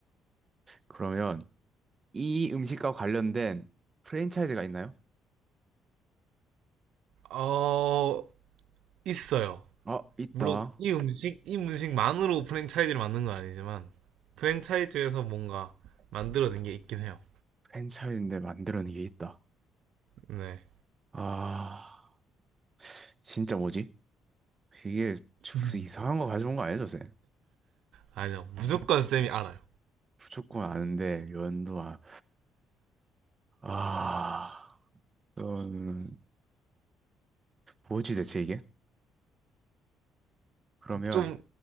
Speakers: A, on the right; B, on the right.
A: 그러면 이 음식과 관련된 프랜차이즈가 있나요?
B: 어, 있어요.
A: 아, 있다.
B: 물론 이 음식, 이 음식만으로 프랜차이즈를 만든 건 아니지만, 프랜차이즈에서 뭔가 만들어낸 게 있긴 해요.
A: 프랜차이즈인데 만드는 게 있다.
B: 네.
A: 아, 진짜 뭐지? 이게
B: 음.
A: 이상한 거 가져온 거 아니죠, 쌤?
B: 아니요, 무조건 쌤이 알아요.
A: 무조건 아는데 연도아 아 그럼 뭐지 대체 이게? 그러면
B: 좀